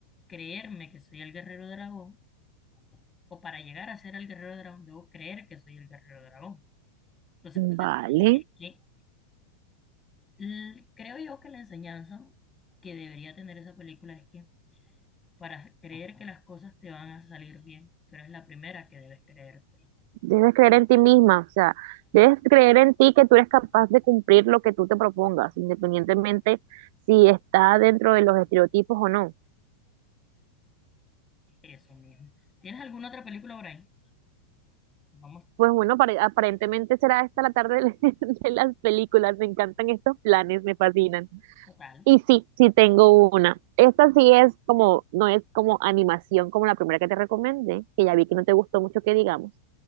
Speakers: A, on the left; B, on the right.
A: creerme que soy el guerrero dragón, o para llegar a ser el guerrero dragón, debo creer que soy el guerrero dragón. Entonces, pues
B: vale.
A: desde ahí es que l- creo yo que la enseñanza que debería tener esa película es que para creer que las cosas te van a salir bien, tú eres la primera que debes creerte.
B: Debes creer en ti misma, o sea, debes creer en ti que tú eres capaz de cumplir lo que tú te propongas, independientemente si está dentro de los estereotipos o no.
A: Eso mismo. ¿Tienes alguna otra película por ahí? Vamos
B: Pues bueno, pare- aparentemente será esta la tarde de <laughs> de las películas. Me encantan estos planes, me fascinan.
A: total.
B: Y sí, sí tengo una. Esta sí es como, no es como animación como la primera que te recomendé, que ya vi que no te gustó mucho que digamos.